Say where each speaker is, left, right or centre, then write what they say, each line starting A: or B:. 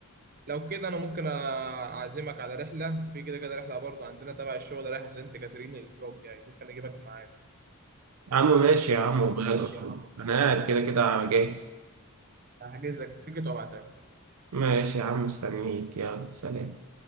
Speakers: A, on the right; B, on the right.
A: لو كده أنا ممكن أعزمك على رحلة في كده كده رحلة برضو عندنا تبع الشغل رايحة سانت كاترين الأسبوع الجاي ممكن أجيبك معانا
B: يا عم ماشي يا عم وماله
A: ماشي يا عم
B: أنا قاعد كده كده جاهز
A: هحجز لك التيكت وأبعتها لك.
B: ماشي يا عم مستنيك يلا سلام